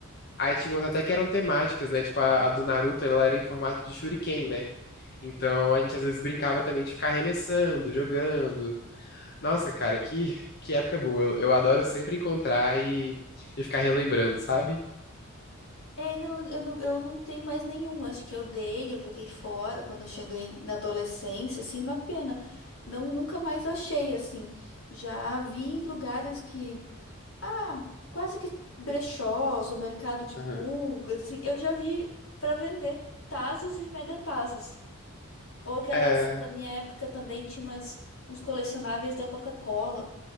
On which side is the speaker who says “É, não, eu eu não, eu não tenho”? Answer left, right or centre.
Left